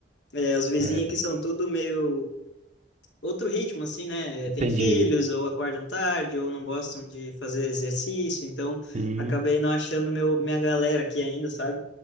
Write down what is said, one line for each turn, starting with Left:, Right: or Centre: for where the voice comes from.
Left: É, os vizinhos
Right: É,
Left: aqui são tudo meio outro ritmo, assim, né? É,
Right: entendi.
Left: Tem filhos, ou acordam tarde, ou não gostam de fazer exercício, então
Right: Sim,
Left: acabei não achando meu, minha galera aqui ainda, sabe?